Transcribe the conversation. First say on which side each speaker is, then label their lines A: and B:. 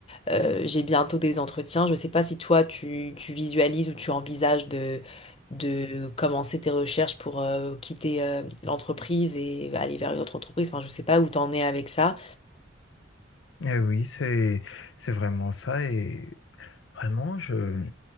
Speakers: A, on the left; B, on the left.
A: Euh, j'ai bientôt des entretiens. Je ne sais pas si toi, tu, tu visualises ou tu envisages de, de commencer tes recherches pour euh, quitter euh, l'entreprise et aller vers une autre entreprise. Enfin, je ne sais pas où t'en es avec ça.
B: Eh oui, c'est c'est vraiment ça et vraiment je